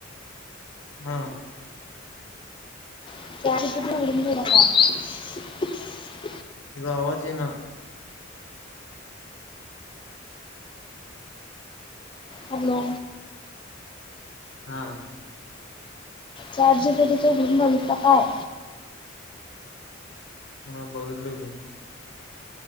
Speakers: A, on the left; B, on the left.
A: हं
B: <unintelligible>
A: ग आवाज ये ना
B: हमलो
A: हां
B: चाट जी पी टी च घेऊन बघितलं काय
A: हा बघितलं की